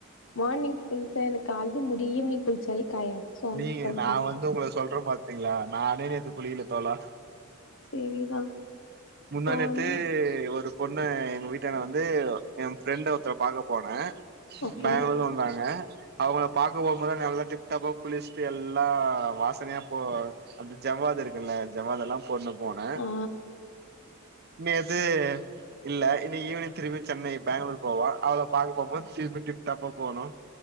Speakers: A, on the left; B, on the right.
A: மார்னிங் குளிச்சா எனக்கு ஆலெடி முடி ஈவினிங் குளிச்சாலேக் காயாது சோ வந்து
B: நீக
A: கொஞ்சோ
B: நா
A: டைம்
B: வந்து உங்கள சொல்றேம் பாத்தீங்ளா நானே நேத்து குளிகலத் தோழா
A: செரிதா
B: முந்தானேத்து
A: சோ வந்
B: ஒருப் பொண்ண எங்க வீட் ட்டான வந்து எ ஃபிரெண்ட ஒருத்தரப் பாக்க போனே
A: ஓகே
B: பெங்களூலந்து வந்தாங்க அவுங்களப் பாக்க போம்போது நல்லா டிப் டாப்பாப் குளிச்ட்டு எல்லா வாசனையா போ அப்டி ஜவ்வாது இருக்குல்ல ஜவாதெல்லாம் போட்னு போனே
A: ஆ
B: நேத்து இல்ல இன்னி கி ஈவினிங் திருபி சென்னை பெங்களூர் போவோ அவளப் பாக்க போம்போது திருப்பி டிப்டாப்பா போணு